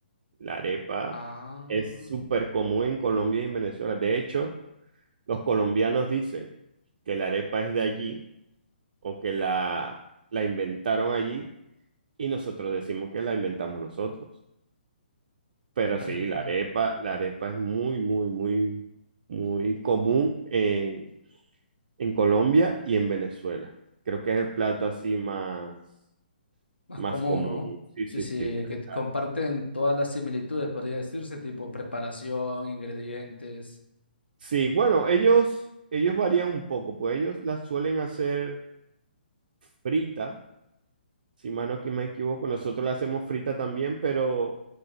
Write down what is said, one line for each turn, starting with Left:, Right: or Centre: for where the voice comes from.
Right: La arepa
Left: Ah,
Right: es súper común en Colombia y en Venezuela. De hecho, los colombianos dicen que la arepa es de allí o que la, la inventaron allí y nosotros decimos que la inventamos nosotros. Pero sí,
Left: arepa,
Right: la arepa, la arepa es muy, muy, muy, muy común en, en Colombia y en Venezuela. Creo que es el plato así más,
Left: más
Right: más
Left: común,
Right: común.
Left: ¿no?
Right: Sí,
Left: Sí,
Right: sí,
Left: sí,
Right: sí. la-
Left: que t-
Right: la-
Left: comparten todas las similitudes, podría decirse, tipo preparación, ingredientes.
Right: Sí, bueno, ellos, ellos varían un poco, pues ellos las suelen hacer frita, si mano aquí me equivoco, nosotros la hacemos frita también, pero,